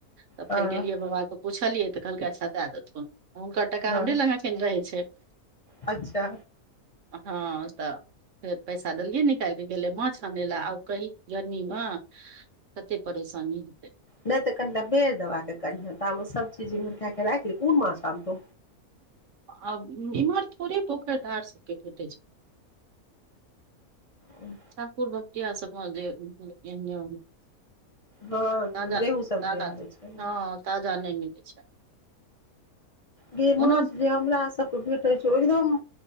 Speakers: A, on the right (about 60°); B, on the left (about 35°).
A: तब
B: हँ
A: फेर गेलियै बाबा के पुछैले लियै तऽ कहलकै अच्छा दए देथुन हुनकर टाका
B: हँ
A: हमरे लग एखन रहै छै
B: अच्छा
A: हँ तऽ फेर पैसा देलियए निकालि क गेले माछ आनय लए आउ कहि गर्मी मे कतेक परेशानी हेतै
B: नहि तऽ कनिटा बेर दबाक कनि तामे सभ चीज इम्हर कए क राख लिहं कोन माछ आनतौ
A: आ इ <unintelligible> थोड़े पोखरि धार सबके केटे छै
B: हँ
A: ठाकुर बबती आ सभमे जे एहने
B: हँ
A: ताजा
B: ओ रेहू सब
A: ताजा
B: जे आबै छै
A: हँ ताजा नहि मिलै छै
B: गे माछ
A: ओना
B: जे हमरा सबके भेटै एकदम